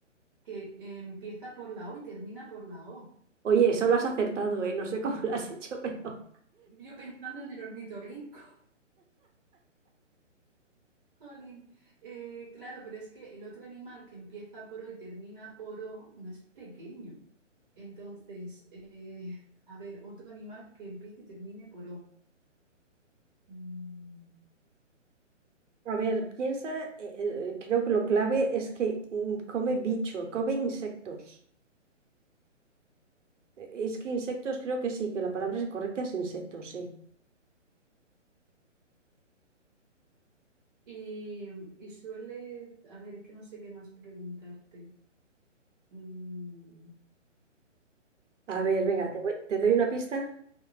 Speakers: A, on the right (about 35°); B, on the right (about 70°).
A: que eh, empieza por la O y termina por la O.
B: Oye, eso lo has acertado, ¿eh? No sé cómo lo has hecho, <laughs> pero...
A: Yo pensando en el ornitorrinco. Jolín. Eh, claro, pero es que el otro animal que empieza por O y termina por O no es pequeño. Entonces, eh, a ver, otro animal que empiece y termine por O. Mm,
B: A ver, piensa, eh, eh, creo que lo clave es que mm, come bicho, come insectos. Eh, Es que insectos creo que sí, que la palabra es correcta es insectos, sí.
A: Y, y suele, a ver, es que no sé qué más preguntarte. Mm,
B: A ver, venga,
A: mm,
B: te, voy- te doy una pista